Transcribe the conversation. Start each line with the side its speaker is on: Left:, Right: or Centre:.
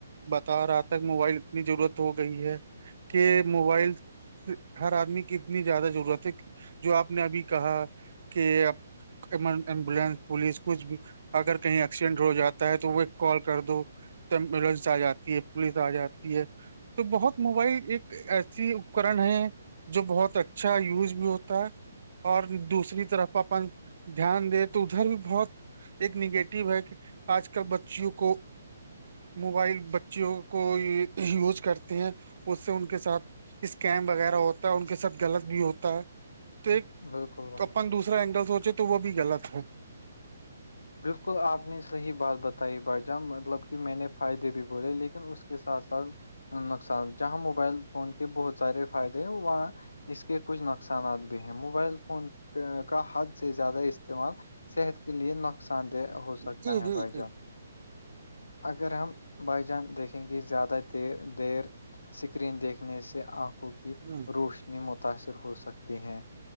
Right: بتا رہا تھاک موبائل اتنی ضرورت ہو گئی ہے کہ موبائل ہر آدمی کی اتنی زیادہ ضرورت ہے جو آپ نے ابھی کہا کہ ایمبولینس پولیس کچھ بھی اگر کہیں ایکسیڈنٹ ہو جاتا ہے تو وہ کال کر دو تو ایمبولینس آ جاتی ہے پولیس آ جاتی ہے تو بہت موبائل ایک ایسی اپکرن ہے جو بہت اچھا یوز بھی ہوتا اور دوسری طرف اپن دھیان دے تو ادھر بھی بہت ایک نیگیٹو ہے کہ آج کل بچیوں کو موبائل بچیوں کو یوز کرتے ہیں اس سے ان ان کے ساتھ اسکیم وغیرہ ہوتا ہے ان کے ساتھ غلط بھی ہوتا ہے تو ایک
Left: بالکل بھائی
Right: اپن دوسرا اینگل سوچے تو وہ بھی غلط ہے
Left: بالکل آپ نے صحیح بات بتائی بھائی جان مطلب کہ میں نے فائدے بھی بولے لیکن اس کے ساتھ ساتھ نقصان جہاں موبائل فون کے بہت سارے فائدے ہیں وہاں اس کے کچھ نقصانات بھی ہیں موبائل فون کا حد سے زیادہ استعمال صحت کے لیے نقصان دہ ہو سکتا
Right: جی
Left: ہے
Right: جی
Left: بھائی
Right: جی
Left: جان اگر ہم بائی جان دیکھیں گے زیادہ دیر اسکرین دیکھنے سے آنکھوں کی
Right: ہ
Left: روش تنی متاثر ہو سکتی ہیں